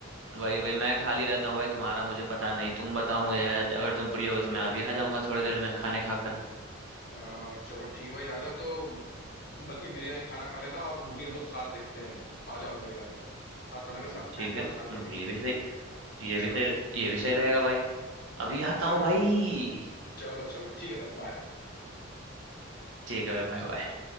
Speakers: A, on the right; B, on the left.
A: वही वही मैं खाली रहता हूँ भाई तुम्हारा मुझे पता नहीं तुम बताओ मुझे आज- अगर तुम फ्री होगे तो मैं अभी आ जाऊंगा थोड़ी देर में खाने खाकर
B: अ, चलो ठीक है भाई आ जाओ तो तुम बल्कि मेरे यहाँ ही खाना खा लेना और मूवी हम लोग साथ देखते हैं आ जाओ मेरे घर साथ बना
A: हम्म,
B: के साथ खाएंगे
A: ठीक है
B: और
A: हम्म,
B: साथ देखेंगे
A: ये भी सही ये
B: चलो
A: भी सही रह- ये भी सही रहेगा भाई अभी आता
B: चलो
A: हूँ भाई
B: चलो चलो ठीक है तब बाय
A: ठीक है भाई बाय बाय